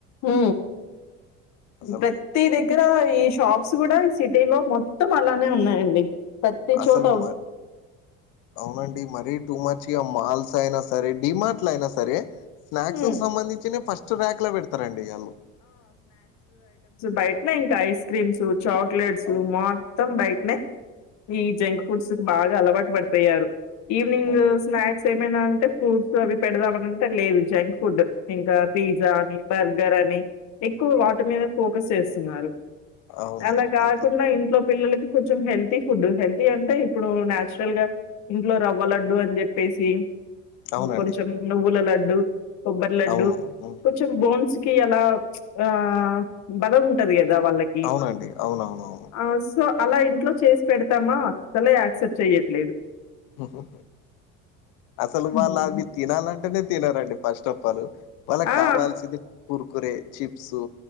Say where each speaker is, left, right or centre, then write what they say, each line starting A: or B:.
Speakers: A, on the left; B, on the left.
A: ఊ
B: అసలు
A: ప్రతి దగ్ దగ్గర ఈ షాప్స్ కూడా ఈ సిటీ లో మొత్తం అలానే ఉన్నాయండి. ప్రతి
B: అసలు
A: చోట
B: మ అవునండి మరీ టూ మచ్ ఇగ మాల్స్ అయినా సరే డిమార్ట్ అయినా సరే స్నాక్స్
A: హ్మ్.
B: కు సంబంధించినయ్ ఫస్ట్ ట్ ర్యాక్ ల పెడతరండి వాళ్ళు
A: బయట్నె ఇంక ఐస్ క్రీమ్స్ చాక్లెట్స్
B: అవును
A: మొత్తం బయట్ నె ఈ జంక్ ఫుడ్స్ బాగా అలవాటు పడిపోయారు. ఈవినింగ్
B: అవునండి
A: స్నాక్స్ ఏమైనా అంటే ఫ్రూట్స్ అవి పెడదామని అని అంటే లేదు జంక్ ఫుడ్డు. ఇంకా పిజ్జా అని బర్గర్ అని ఎక్కువ వాటి మీద ఫోకస్ చేస్తున్నారు.
B: అవునండి
A: అల కాకుండా
B: అది కరెక్ట్
A: ఇంట్లో పిల్లలకి కొంచెం హెల్తీ ఫుడ్ హెల్తీ అంటె ఇప్పుడు నాచురల్ గా ఇంట్లో రవ్వ లడ్డు అని చెప్పేసి
B: అవునండి
A: కొంచెం నువ్వుల లడ్డు, కొబ్బరి లడ్డు,
B: అవును హ్మ్.
A: కొంచెం బోన్స్ కి అలా ఆ బద ఉంటది కద బాదం లకి
B: అవునండి అవునవునవును
A: ఆ సో <inaudible> అల ఇంట్లో చేసి పెడతామా అసలే యాక్సెప్ట్ చెయట్లేదు
B: ఓహో అసలు
A: హ్మ్.
B: వాళ్ళ అది తినాలని అంటనె తినరండి ఫస్ట్ ఆఫ్ ఆల్ వాళ్ళకి
A: ఆ!
B: కావాల్సింది కూర్కురే చిప్సు